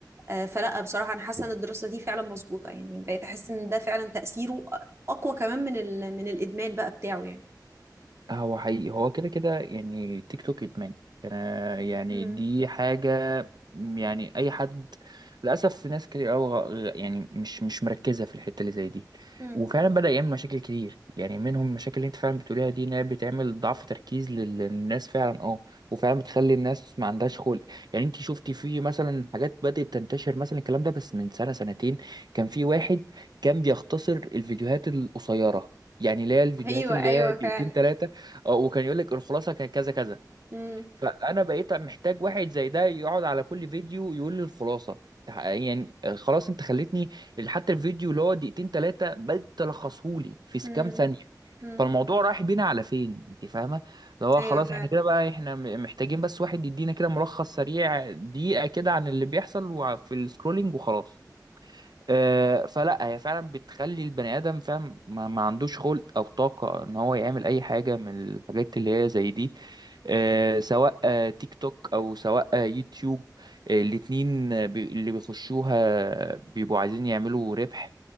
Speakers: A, on the right; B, on the right.
A: آه، فلا بصراحه انا حاسه ان الدراسه دي فعلا مظبوطه يعني بقيت احس ان ده فعلا تاثيره اقوى كمان من ال من الادمان بقى بتاعه يعني
B: هو حقيقي هو كده كده يعني تيك توك ادمان آه، يعني
A: امم
B: دي حاجه م- يعني اي حد للاسف في ناس كتير قوي يعني مش مش مركزه في الحته اللي زي دي
A: امم
B: وفعلا بدا يعمل مشاكل كتير يعني منهم المشاكل اللي انت فعلا بتقوليها دي انها بتعمل ضعف تركيز لل- للناس فعلا اه وفعلا بتخلي الناس ما عندهاش خلق يعني انت شفتي في مثلا حاجات بدات تنتشر مثلا الكلام ده بس من سنه سنتين كان في واحد كان بيختصر الفيديوهات القصيره يعني اللي هي الفيديوهات
A: ايوه
B: اللي
A: ايوه
B: هي دقيقتين
A: فعلا
B: تلاتة اه وكان يقول لك الخلاصه كانت كذا كذا
A: امم
B: فانا بقيت محتاج واحد زي ده يقعد على كل فيديو يقول لي الخلاصه تح- يعني خلاص انت خلتني حتى الفيديو اللي هو دقيقتين ثلاثه بقيت تلخصهولي في
A: امم
B: كام ثانيه
A: امم
B: فالموضوع رايح بينا على فين انت فاهمه اللي هو
A: ايوه
B: خلاص
A: فعلا
B: احنا كده بقى احنا م- محتاجين بس واحد يدينا كده ملخص سريع دقيقه كده عن اللي بيحصل وع- في السكرولينج وخلاص آه، فلا هي فعلا بتخلي البني ادم فاهم ما, ما عندوش خلق او طاقه ان هو يعمل اي حاجه من الحاجات اللي هي زي دي آه، سواء آه، تيك توك او سواء آه، يوتيوب آه، الاتنين آه، بي- اللي بيخشوها بيبقوا عايزين يعملوا ربح